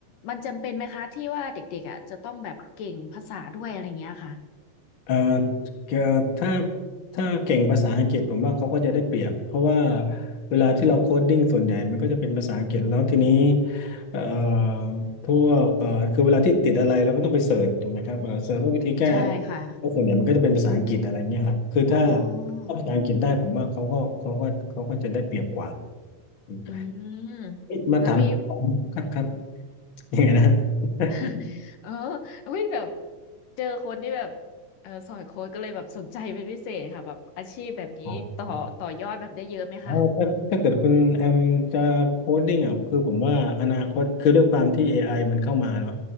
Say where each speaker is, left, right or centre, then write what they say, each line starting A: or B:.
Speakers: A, on the left; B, on the left.
A: มันจำเป็นไหมคะที่ว่าเด็กๆอะจะต้องแบบเก่งภาษาด้วยอะไรเงี้ยค่ะ
B: เอ่อเอ่อถ้าถ้าเก่งภาษาอังกฤษผมว่าเขาก็จะได้เปรียบเพราะว่าเวลาที่เราโค้ดดิ้งส่วนใหญ่มันก็จะเป็นภาษาอังกฤษแล้วทีนี้เอ่อพวกเอ่อคือเวลาที่ติดอะไรเราก็ต้องไปเสิร์ชถูกไหมครับเออเสิร์ชว่าวิธีแก้อะไรแล้วส่วนใหญ่มันก็จะเป็นภาษาอังกฤษอะไรเงี้ยครับคือถ้า
A: ใช่ค่ะอ๋อ
B: ถ้าภาษาอังกฤษได้ผมว่าเขาก็เขาก็เขาก็จะได้เปรียบกว่าอืม
A: อืม
B: เอ๊ะมาถามผมครับครับ
A: แล้วมี
B: ยังไงนะ
A: <laughs>
B: <laughs>
A: เออเฮ้ยแบบเจอคนที่แบบเออสอนโค้ดก็เลยแบบสนใจเป็นพิเศษค่ะแบบอาชีพแบบนี้ต่อต่อยอดแบบได้เยอะไหมคะ
B: อ่า อ๋อถ้าถ้าเกิดคุณแอมจะโคดดิ้งอ่ะคือผมว่าอนาคตคือด้วยความที่ AI มันเข้ามาเนาะ